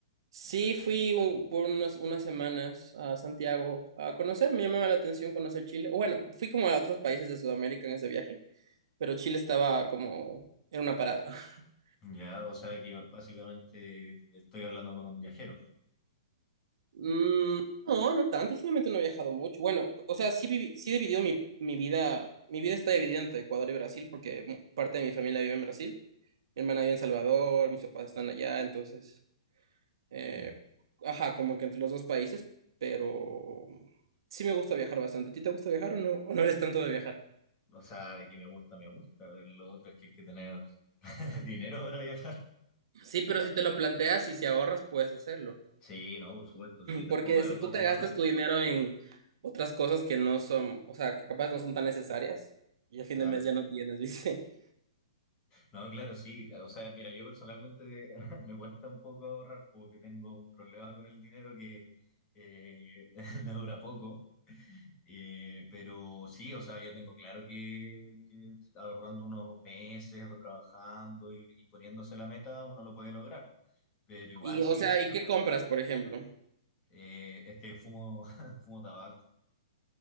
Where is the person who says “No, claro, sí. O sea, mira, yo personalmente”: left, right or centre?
Left